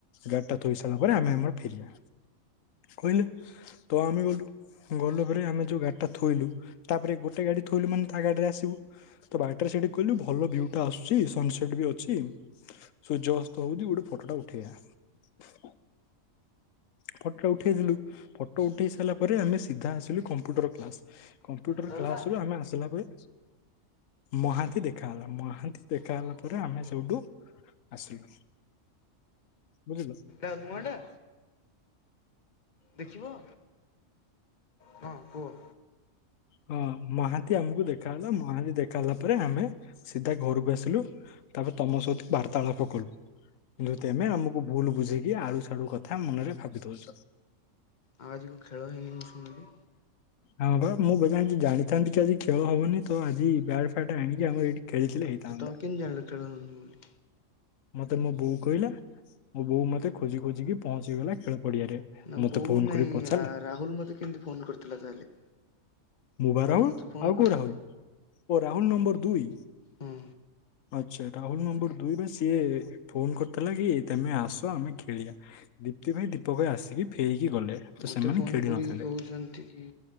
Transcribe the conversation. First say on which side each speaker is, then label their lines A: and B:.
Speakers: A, on the left; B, on the left.
A: ଗାଡି ଟା ଥୋଇ ସାରିଲା। ପରେ ଆମେ ଆମର ଫେରିିବା କହିଲେ ତ ଆମେ ଗଲୁ। ଗଲୁ ପରେ ଆମେ ଯୋଉ ଗାଡି ଟା ଥୋଇଲୁ ତାପରେ ଗୋଟେ ଗାଡି ଥୋଇଲୁ ମାନେ ତା ଗାଡିରେ ଆସିବୁ। ତ ବାଟରେ ସେଇଠି କହିଲୁ ଭଲ ଭ୍ୟୁଟା ଆସୁ ଛି ସନସେଟ ବି ଅଛି ସୂର୍ଯ୍ୟ ଅସ୍ତ ହଉଛି ଗୋଟେ ଫଟୋ ଟା ଉଠେଇବା। ଫଟୋ ଟା ଉଠେଇ ଦେଲୁ ଫଟୋ ଉଠେଇ ସାରିଲା ପରେ ଆମେ ସିଧା ଆସିଲୁ କମ୍ପ୍ୟୁଟର କ୍ଲାସ। କମ୍ପ୍ୟୁଟର
B: ସରିଲା
A: କ୍ଲାସ ରୁ ଆମେ ଆସିଲା ପରେ ମହାନ୍ତି ଦେଖା ହେଲା ମହାନ୍ତି। ଦେଖା
B: ହଁ
A: ହେଲା ପରେ
B: କୁହ
A: ଆମେ
B: କୁହ।
A: ସେଉଠୁ ଆସିଲୁ ବୁଝିଲ।
B: ଏଇଟା ନୂଅଟା। ଦେଖିବ। ହଁ କୁହ‌।
A: ହଁ ମହାନ୍ତି ଆମକୁ ଦେଖା ହେଲା ମହାନ୍ତି ଦେଖା ହେଲା ପରେ ଆମେ ସିଧା ଘରକୁ ଆସିଲୁ। ତାପରେ ତମ ସହିତ ବାର୍ତ୍ତାଳାପ କଲୁ। କିନ୍ତୁ
B: ହଁ ଆଉ
A: ତେମେ ଆମକୁ ଭୁଲ ବୁଝିକି ଆଳୁ ସାଡୁ କଥା ମନରେ ଭାବି ଦଉଛ।
B: ଆଉ ଆଜିି କଁ ଖେଳ ହେଇନି ମୁଁ ଶୁଣିଲି।
A: ହଁ ବା ମୁଁ ବା ଜଦି ଜାଣିଥାନ୍ତି କି ଆଜି ଖେଳ ହବନି ତ ଆଜି ବ୍ୟାଟ୍ ଫ୍ୟାଟ ଆଣିକି ଆମର ଏଠି ଖେଳିଥିଲେ ହେଇଥାନ୍ତ।
B: ତ ତମେ କେମିତି ଜାଣିଲ ଖେଳ ହଉନି ବୋଲି?
A: ମତେ ମୋ ବୋଉ କହିଲା। ମୋ ବୋଉ ମତେ ଖୋଜି ଖୋଜିିକି ପହଞ୍ଚିଗଲା ଖେଳ ପଡିଆରେ।
B: ନା
A: ମତେ
B: ବୋଉ
A: ଫୋନ
B: ନାହିଁ
A: କରି ପଚାରିଲା
B: ଆ ରାହୁଲ ମତେ କେମିତି ଫୋନ କରିଥିଲା ତାହେଲେ।
A: ମୁଁ ବା ରାହୁଲ
B: ମତେ ଫୋନ
A: ଆଉ
B: କରିଥିଲା
A: କୋଉ ଓ ରାହୁଲ ନମ୍ବର ଦୁଇ।
B: ହଁ
A: ଆଚ୍ଛା ରାହୁଲ ନମ୍ବର ଦୁଇରେ ସିଏ ଫୋନ କରିଥିଲା କି ତମେ ଆସ ଆମେ ଖେଳିବା। ଦୀପ୍ତି ଭାଇ ଦୀପକ ଭାଇ ଆସିକି ଫେରିକି ଗଲେ। ତ
B: ମତେ
A: ସେମାନେ
B: ଫୋନ
A: ଖେଳି
B: କରିକି
A: ନଥିଲେ।
B: କହୁଛନ୍ତି କି?